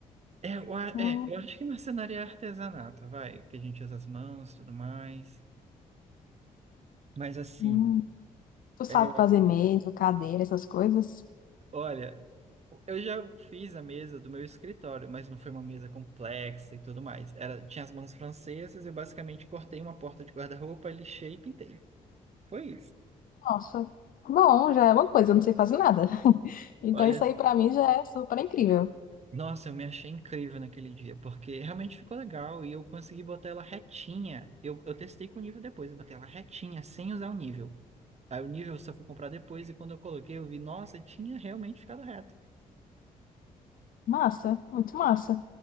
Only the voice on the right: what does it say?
É, eu a-
é, eu acho que marcenaria é artesanato, vai, que a gente usa as mãos, tudo mais. Mas assim,
é,
olha. Eu já fiz a mesa do meu escritório, mas não foi uma mesa complexa e tudo mais. Era, tinha as mãos francesas, eu basicamente cortei uma porta de guarda-roupa, lixei e pintei. Foi isso.
Olha,
nossa, eu me achei incrível naquele dia, porque realmente ficou legal e eu consegui botar ela retinha. Eu, eu testei com o nível depois, eu botei ela retinha, sem usar o nível. Aí o nível eu só fui comprar depois e quando eu coloquei, eu vi, nossa, tinha realmente ficado reto.